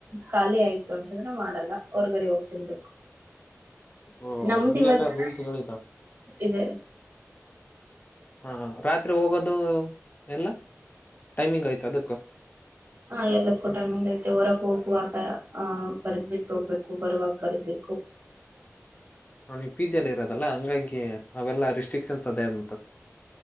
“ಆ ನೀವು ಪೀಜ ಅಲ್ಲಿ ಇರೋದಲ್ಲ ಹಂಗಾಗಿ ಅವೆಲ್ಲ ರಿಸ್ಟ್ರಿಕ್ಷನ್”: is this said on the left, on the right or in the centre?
Left